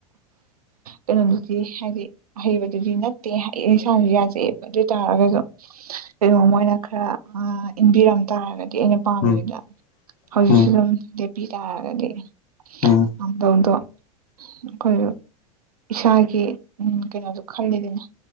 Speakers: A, on the right; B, on the left.
A: ꯀꯩꯅꯣꯗꯨꯗꯤ ꯍꯥꯏꯗꯤ ꯍꯩꯕꯗꯨꯗꯤ ꯅꯠꯇꯦ ꯑꯩ ꯏꯁ ꯏꯁꯥꯅꯁꯨ ꯌꯥꯖꯩꯑ ꯑꯗꯨ ꯑꯣꯏ ꯇꯥꯔꯒꯁꯨ ꯀꯩꯅꯣ ꯃꯣꯏꯅ ꯈꯔ ꯏꯟꯕꯤꯔꯝ ꯇꯥꯔꯒꯗꯤ ꯑꯩꯅ ꯄꯥꯝꯃꯤꯗꯨꯗ
B: ꯎꯝ
A: ꯍꯧꯖꯤꯛꯁꯨ
B: ꯎꯝ
A: ꯑꯗꯨꯝ ꯂꯦꯞꯄꯤ ꯇꯥꯔꯒꯗꯤ
B: ꯎꯝ
A: ꯉꯝꯗꯧꯗꯣ ꯑꯩꯈꯣꯏ ꯏꯁꯥꯒꯤ ꯎꯝ ꯀꯩꯅꯣꯁꯨ ꯈꯜꯂꯤꯗꯨꯅꯦ